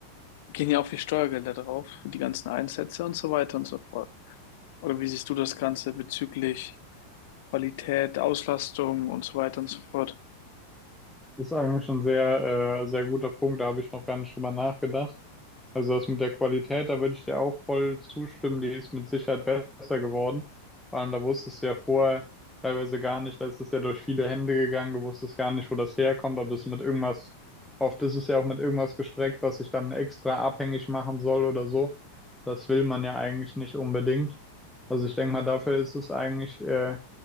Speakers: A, on the left (about 50°); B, in the centre.
A: gehen ja auch viel Steuergelder drauf für die ganzen Einsätze und so weiter und so fort. Oder wie siehst du das Ganze bezüglich Qualität, Auslastung und so weiter und so fort?
B: Ist eigentlich ein sehr, äh, sehr guter Punkt, da habe ich noch gar nicht drüber nachgedacht. Also das mit der Qualität, da würde ich dir auch voll zustimmen, die ist mit Sicherheit besser geworden. Vor allem, da wusstest du ja vorher teilweise gar nicht, da ist es ja durch viele Hände gegangen, du wusstest gar nicht, wo das herkommt, ob das mit irgendwas, oft ist es ja auch mit irgendwas gestreckt, was sich dann extra abhängig machen soll oder so. Das will man ja eigentlich nicht unbedingt. Also ich denke mal, dafür ist es eigentlich äh,